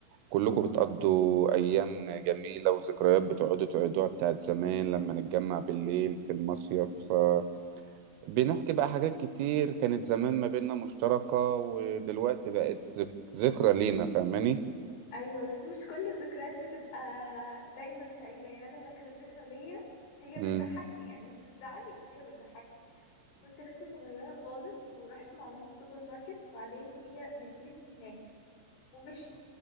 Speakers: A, on the right (about 90°); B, on the left (about 85°).
A: كلكم
B: اه
A: بتقضوا أيام جميلة وذكريات بتقعدوا تعيدوها بتاعت زمان لما نتجمع بالليل في المصيف آه، بنحكي بقى حاجات كتير كانت زمان ما بيننا مشتركة ودلوقتي بقت ذك- ذكرى لينا فاهماني؟
B: ايوه بس مش كل الذكريات بتبقى دايما سعيده يعني انا فاكره الذكرى ليا هي
A: مم.
B: بتضحكني يعني مش بتزعلني بس هي بتضحكني كنت لسه صغيره خالص ورحت مع ماما السوبر ماركت وبعدين هي نسيتني هناك ومشيت